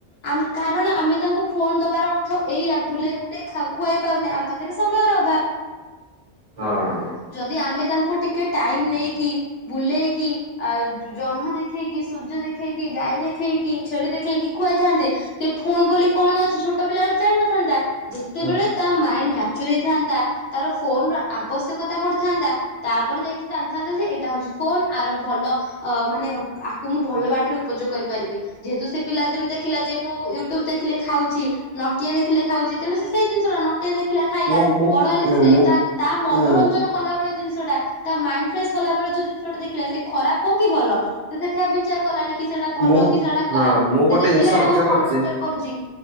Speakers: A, on the left; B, on the right.
A: ଆମ କାରଣ ଆମେ ତାଙ୍କୁ ଫୋନ୍ ଦବାର ଅର୍ଥ ଏଇଆ ବୁଲେଇ ବୁଲେଇ ଖୁ- ଖୁଆଇ ପାରୁନେ ଆମ ପାଖ ଏଇଟା ସମୟର ଅଭାବ।
B: ହଁ।
A: ଯଦି ଆମେ ତାଙ୍କୁ ଟିକେ ଟାଇମ୍ ନେଇକି ବୁଲେଇକି ଆ ଜହ୍ନ ଦେଖେଇକି ସୂର୍ଯ୍ୟ ଦେଖେଇକି ଗାଈ ଦେଖେଇକି ଛେଳି ଦେଖେଇକି ଖୁଆଇଥାନ୍ତେ ସେ ଫୋନ୍ ବୋଲି କଣ ଅଛି ଛୋଟ ପିଲା ବେଳୁ ଜାଣିନଥାନ୍ତା। ଯେତେବେଳେ
B: ହଁ।
A: ତାମାଇଣ୍ଡ ମାଚ୍ୟୋର ହେଇଥାନ୍ତା ତାର ଫୋନର ଆବଶ୍ୟକତା ପଡ଼ିଥାନ୍ତା ତାପରେ ଯାଇକି ଜାଣିଥାନ୍ତାଯେ ଏଇଟା ହଉଚି ଫୋନ୍ ୟାର ଭଲ ଅ ମାନେ ଆକୁ ମୁଁ ଭଲ ବାଟରେ ଉପଯୋଗ କରିପାରିବି। ଯେହେତୁ ସେପିଲାଦିନୁ ଦେଖିଲା ଯେ ମୁଁ ୟୁଟ୍ୟୁବ ଦେଖିଲେ ଖାଉଚି ନଟିଆ ଦେଖିଲେ ଖାଉଚି ତେଣୁ ସେସେଇ ଜିନିଷଟା ନଟିଆ ଦେଖିଲା ଖାଇଲା
B: ମୁଁ ମୁଁ
A: ବଡ଼ ହେଲେବି ସେ
B: ମୁଁ
A: ତା ତା ମନ
B: ଉଁ
A: କଲା ଭଳିଆ ଜିନିଷଟା ତାମାଇଣ୍ଡ ଫ୍ରେସ୍ କଲା ଭଳି ଯୋଉ ଜିନିଷଟା ଦେଖିଲା ସେଖରାପ ହଉକି ଭଲ ସେ ସେଠି ଆଉ ବିଚାର କଲାନିକି ସେଇଟା ଭଲ
B: ମୁଁ
A: କିସେଇଟା ଖରାପ୍
B: ହଁ ମୁଁ ଗୋଟେ
A: ସେଦେଖିଲା
B: ଜିନିଷ
A: ଏଇଟା
B: ଲକ୍ଷ୍ୟ
A: ମୋ ମନୋରଞ୍ଜନ
B: କରିଛି
A: କରୁଚି